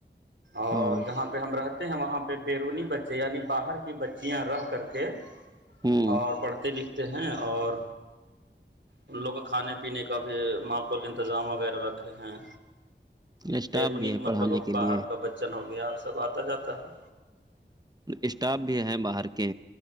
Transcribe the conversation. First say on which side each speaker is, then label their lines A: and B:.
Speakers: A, on the right; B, on the right.
A: اور
B: ہاں
A: جہاں پہ ہم رہتے ہیں وہاں پہ بیرونی بچے یعنی باہر کی بچیاں رہ کر کے
B: ہوں
A: اور پڑھتے لکھتے ہیں اور ان لوگوں کھانے پینے کا بھی معقول انتظام وغیرہ رکھے ہیں
B: اسٹاف
A: بیرونی
B: بھی
A: کا
B: ہے پڑھانے
A: مطلب
B: کے
A: باہر
B: لیے
A: کا بچن ہو گیا سب آتا جاتا ہے
B: اسٹاف بھی ہیں باہر کے